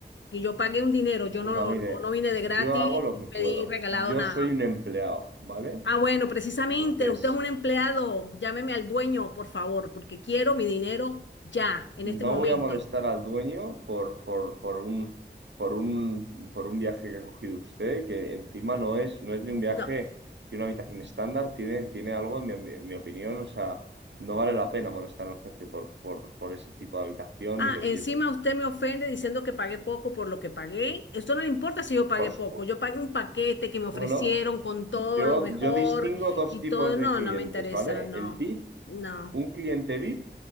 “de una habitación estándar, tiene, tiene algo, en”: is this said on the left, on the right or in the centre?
Right